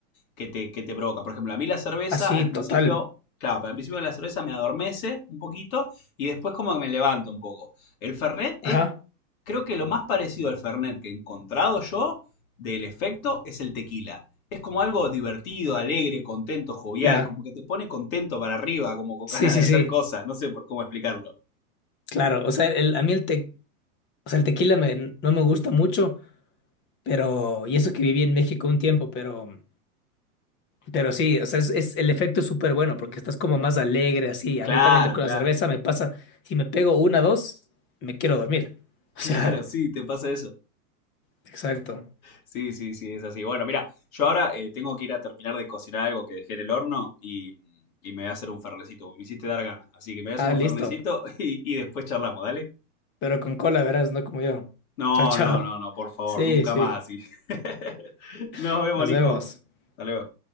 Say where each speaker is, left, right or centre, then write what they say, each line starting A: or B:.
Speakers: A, on the left; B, on the left.
A: que te, que te provoca. Por ejemplo, a mí la cerveza
B: Así,
A: al principio,
B: total.
A: claro, al principio la cerveza me adormece un poquito y después como que me levanta un poco. El Fernet es
B: Ajá,
A: Creo que lo más parecido al Fernet que he encontrado yo del efecto es el tequila. Es como algo divertido, alegre, contento, jovial,
B: ya.
A: como que te pone contento para arriba, como con
B: Sí,
A: <laughs> ganas
B: sí,
A: de hacer
B: sí,
A: cosas, no sé por cómo explicarlo.
B: claro. O sea, el- a mí el, te, o sea, el tequila me- no me gusta mucho, pero, y eso que viví en México un tiempo, pero, pero sí, o sea, es, es- el efecto es súper bueno porque estás como más alegre, así.
A: Claro,
B: A mí también con
A: claro,
B: la cerveza me pasa, si me pego una, dos, me quiero dormir.
A: <laughs> claro,
B: O sea,
A: sí, te pasa eso.
B: <laughs> exacto.
A: Sí, sí, sí, es así. Bueno, mira, yo ahora eh, tengo que ir a terminar de cocinar algo que dejé en el horno y, y me voy a hacer un fernecito. Me hiciste dar ganas, así que me voy a hacer
B: Ah,
A: un
B: listo.
A: fernecito <laughs> y, y después charlamos, ¿dale?
B: Pero con cola, verás, no como yo.
A: No,
B: Chao, chao.
A: no, no, no, por favor,
B: Sí,
A: nunca
B: sí.
A: más. Y- <laughs> Nos
B: <laughs>
A: vemos,
B: Nos
A: Nico.
B: vemos.
A: Hasta luego.